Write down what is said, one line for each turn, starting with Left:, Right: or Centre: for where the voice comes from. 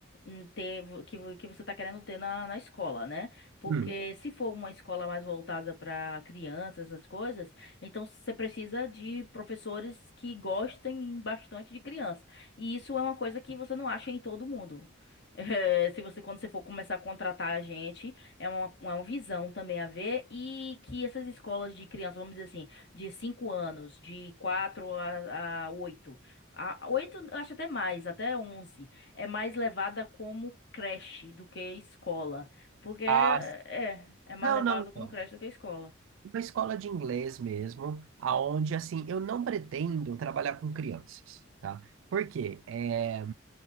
Left: hum, ter, vo- que, vo- que você tá querendo ter na, na escola, né? Porque
Right: Hum.
Left: se for uma escola mais voltada para crianças, essas coisas, então você precisa de professores que gostem bastante de criança. E isso é uma coisa que você não acha em todo mundo. <laughs> É, se você, quando você for começar a contratar a gente, é uma, é uma visão também a ver e que essas escolas de criança, vamos dizer assim, de 5 anos, de 4 a, a 8. A 8 eu acho até mais, até onze, É mais levada como creche do que escola. Porque é,
Right: Ah,
Left: é é mais
Right: não,
Left: levada
Right: não,
Left: como
Right: não.
Left: creche do que escola.
Right: Uma escola de inglês mesmo, aonde assim, eu não pretendo trabalhar com crianças, tá? Por quê? É,